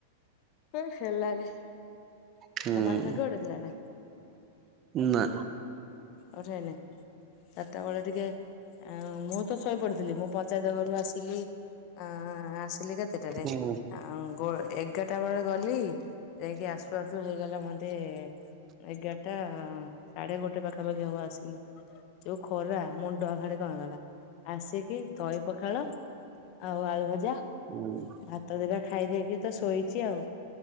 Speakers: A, on the left (about 45°); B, on the right (about 30°).
A: ଏ ହେଲାରେ ତମ
B: ହୁଁ
A: ଆଡେ ମେଘ ଉଠେଇଥିଲା ନା
B: ନା।
A: ଖରା ନେ ଚାରିଟା ବେଳେ ଟିକେ ମୁଁ ତ ଶୋଇପ ଥିଲି ମୁଁ ପଞ୍ଚାୟତ ଘରୁ ଆସିଲି ଆ ଆସିଲି କେତେଟାରେ
B: ହୁଁ
A: ଆଉ ଗୋ ଏଗାରଟା ବେଳେ ଗଲି ଯାଇକି ଆସୁ ଆସୁ ହେଇଗଲା ମତେ ଏଗାରଟା ସାଢେ ଗୋଟେ ପାଖାପାଖି ହବ ଆସିଲି। ଯୋଉ ଖରା ମୁଣ୍ଡ ହାଡ଼ି କଣ ହେଇଗଲା ଆସିକି ଦହି ପଖାଳ ଆଉ ଆଳୁ ଭଜା।
B: ହୁଁ।
A: ଭାତ ଦିଟା ଖାଇ ଦେଇକି ତ ଶୋଇଛି ଆଉ